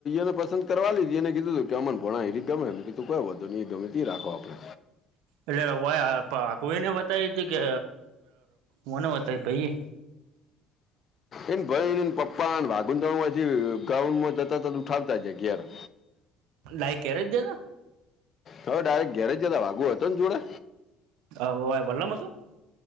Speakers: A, on the left; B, on the right.
A: ને પસંદ કરવા લી હતી, એને કીધું તું. મન ભણા એ રીતે ગમે તું કો, એ ગમે તે રાખો આપડે
B: એટલે કોઈને બતાય હતી કે, કોને બતાય ભાઈ.
A: એને ભનને પપ્પા વાગુદાછી ગઉન્ડ માં જતા ત ઉઠાવતા જ ગ્યા.
B: લાઈક કે્યારે જ જ <unintelligible>
A: હવે ડાયરેક ઘેરેજ જતા વાગુ હતો ને જોડે.
B: હ ભાઈ ભોલો મ તોું <unintelligible>